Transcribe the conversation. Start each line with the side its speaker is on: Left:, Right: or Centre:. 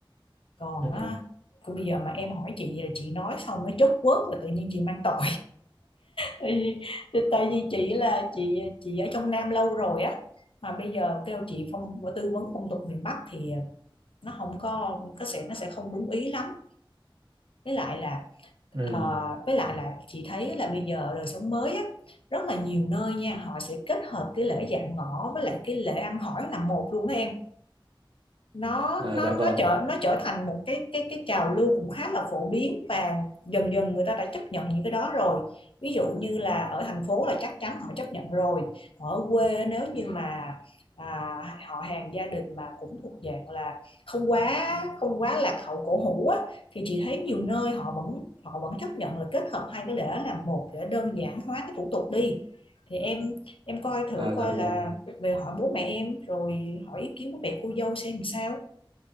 Left: còn
Right: ừ
Left: á, còn bây giờ mà em hỏi chị là chị nói xong nó chốt quớt là tự nhiên chị mang tội tại vì tại vì chị là chị chị ở trong Nam lâu rồi á mà bây giờ kêu chị phong tư vấn phong tục miền Bắc thì nó không có có sẽ nó sẽ không đúng ý lắm với lại là
Right: ừ
Left: ờ, với lại là chị thấy là bây giờ đời sống mới á rất là nhiều nơi nha họ sẽ kết hợp cái lễ dạm ngõ với lại cái lễ ăn hỏi là một luôn đó em nó
Right: à
Left: nó
Right: dạ vâng
Left: nó trở nó trở thành một cái cái cái trào lưu cũng khá là phổ biến và dần dần người ta đã chấp nhận những cái đó rồi ví dụ như là ở thành phố là chắc chắn họ chấp nhận rồi ở quê nếu như mà à, họ hàng gia đình mà cũng thuộc dạng là không quá không quá lạc hậu cổ hủ á, thì chị thấy nhiều nơi họ vẫn họ vẫn chấp nhận là kết hợp hai cái lễ làm một để đơn giản hóa cái thủ tục đi thì em em coi thử
Right: à
Left: coi
Right: dạ
Left: là
Right: vâng
Left: về hỏi bố mẹ em rồi hỏi ý kiến của mẹ cô dâu xem sao